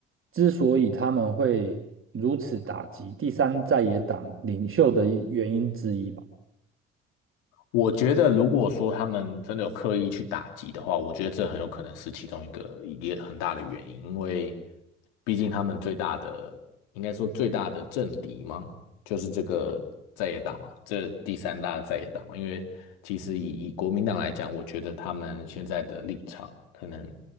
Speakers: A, on the right; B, on the left.
A: 之所以他们会如此打击第三在野党领袖的一原因之一吧？
B: 我觉得，如果说他们真的有刻意去打击的话，我觉得这很有可能是其中一个也很大的原因，因为毕竟他们最大的，应该说最大的政敌嘛，就是这个在野党嘛，这第三大的在野党嘛。因为其实以以国民党来讲，我觉得他们现在的立场可能，